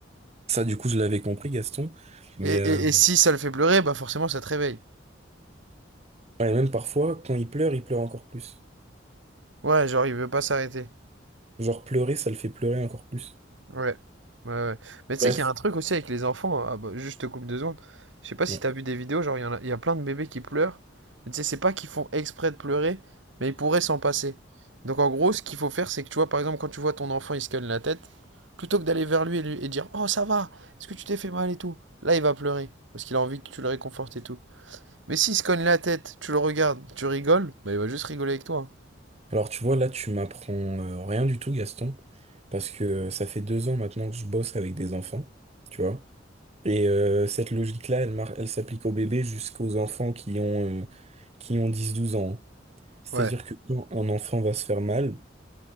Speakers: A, on the right; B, on the right.
A: Ça, du coup, je l'avais compris, Gaston. Mais
B: Et,
A: euh,
B: et, et si ça le fait pleurer, bah forcément, ça te réveille.
A: ouais, même parfois, quand il pleure, il pleure encore plus.
B: Ouais, genre, il veut pas s'arrêter.
A: Genre, pleurer, ça le fait pleurer encore plus.
B: Ouais. Ouais, ouais. Mais tu
A: Bref.
B: sais qu'il y a un truc aussi avec les enfants. Ah bah, juste je te coupe deux secondes. Je sais pas si
A: Ouais.
B: t'as vu des vidéos, genre il y en a, il y a plein de bébés qui pleurent. Mais tu sais, c'est pas qu'ils font exprès de pleurer, mais ils pourraient s'en passer. Donc en gros, ce qu'il faut faire, c'est que tu vois, par exemple, quand tu vois ton enfant, il se cogne la tête, plutôt que d'aller vers lui et, lui et dire Oh, ça va, est-ce que tu t'es fait mal et tout? Là, il va pleurer. Parce qu'il a envie que tu le réconfortes et tout. Mais s'il se cogne la tête, tu le regardes, tu rigoles, bah il va juste rigoler avec toi.
A: Alors, tu vois, là, tu m'apprends euh, rien du tout, Gaston. Parce que euh, ça fait deux ans maintenant que je bosse avec des enfants. Tu vois. Et euh, cette logique-là, elle, mar- elle s'applique aux bébés jusqu'aux enfants qui ont, euh, qui ont dix, douze ans. hein. C'est-à-dire
B: Ouais.
A: que quand un enfant va se faire mal,